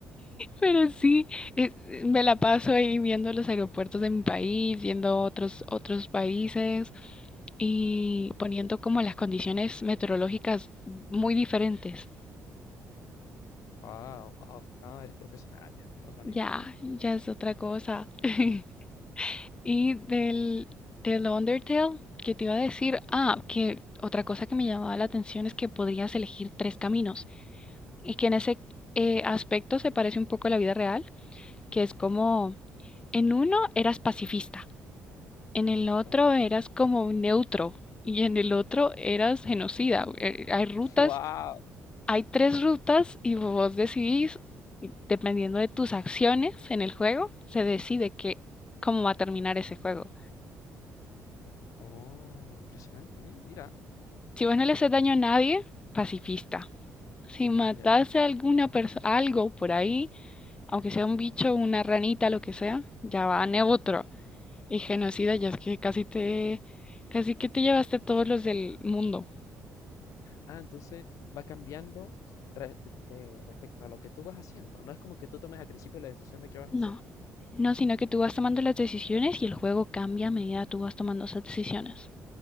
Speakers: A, on the left; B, on the left.
A: Pero sí, eh, me la paso ahí viendo los aeropuertos de mi país, viendo otros, otros países y poniendo como las condiciones meteorológicas muy diferentes.
B: Wow, wow, no, eres profesional ya, otro
A: Ya,
B: nivel.
A: ya es otra cosa. <laughs> Y del, del Undertale, que te iba a decir, ah, que otra cosa que me llamaba la atención es que podrías elegir tres caminos y que en ese eh, aspecto se parece un poco a la vida real que es
B: Ujú,
A: como, en uno eras pacifista, en el otro
B: ¿Ya?
A: eras como un neutro y en el otro eras genocida. Eh, Hay rutas,
B: <laughs> Wow.
A: hay tres rutas y vos decidís, dependiendo de tus acciones en el juego, se decide que, cómo va a terminar ese juego.
B: Oh, impresionante. ¿eh? Mira,
A: Si vos no le haces daño a nadie, pacifista. Si mataste
B: ya.
A: a alguna persona, algo por ahí, aunque sea un bicho, una ranita, lo que sea, ya va a neutro. Y genocida, ya es que casi te, casi que te llevaste a todos los del mundo.
B: Ah, entonces va cambiando re- de- de- respecto a lo que tú vas haciendo. No es como que tú tomes al principio la decisión de qué vas a
A: No,
B: hacer.
A: no, sino que tú vas tomando las decisiones y el juego cambia a medida que tú vas tomando esas decisiones.